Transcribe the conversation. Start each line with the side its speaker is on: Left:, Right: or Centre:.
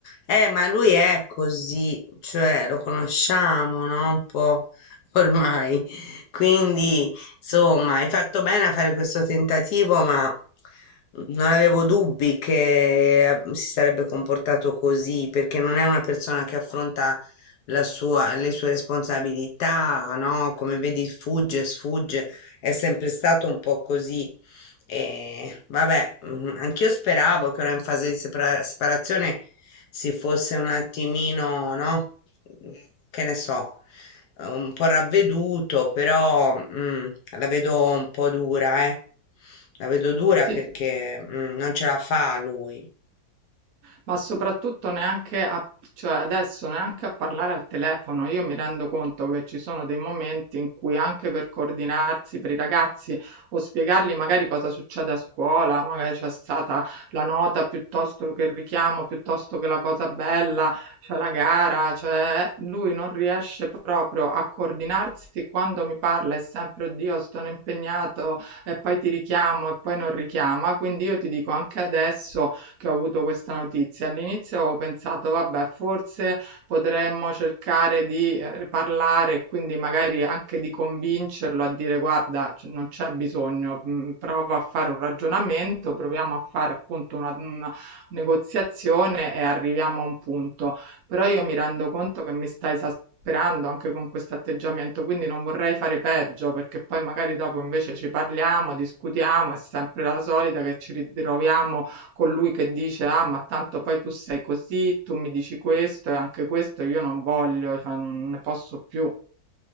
Left: Eh, ma lui è così, cioè lo conosciamo, no? Un po' ormai. <laughs> Quindi, insomma, hai fatto bene a fare questo tentativo, ma non avevo dubbi che eh, si sarebbe comportato così, perché non è una persona che affronta la sua, le sue responsabilità, no? Come vedi, fugge, sfugge, è sempre stato un po' così. E vabbè, mm, anch'io speravo che ora in fase di separa- separazione si fosse un attimino, no? Che ne so, un po' ravveduto, però mm, la vedo un po' dura, eh. La vedo dura
Right: Sì,
Left: perché mm, non ce la fa lui.
Right: ma soprattutto neanche a, cioè adesso neanche a parlare al telefono. Io mi rendo conto che ci sono dei momenti in cui anche per coordinarsi per i ragazzi o spiegargli magari cosa succede a scuola, magari c'è stata la nota piuttosto che il richiamo, piuttosto che la cosa bella, cioè la gara, cioè lui non riesce proprio a coordinarsi quando mi parla è sempre oddio, sono impegnato e poi ti richiamo e poi non richiama, quindi io ti dico anche adesso che ho avuto questa notizia. All'inizio avevo pensato, vabbè, forse potremmo cercare di eh, parlare e quindi magari anche di convincerlo a dire, guarda, c- non c'è bisogno, mh, prova a fare un ragionamento, proviamo a fare appunto una, una negoziazione e arriviamo a un punto. Però io mi rendo conto che mi sta esasperando anche con questo atteggiamento, quindi non vorrei fare peggio perché poi magari dopo invece ci parliamo, discutiamo, è sempre la solita che ci ritroviamo colui che dice ah ma tanto poi tu sei così, tu mi dici questo e anche questo io non voglio, cioè non ne posso più.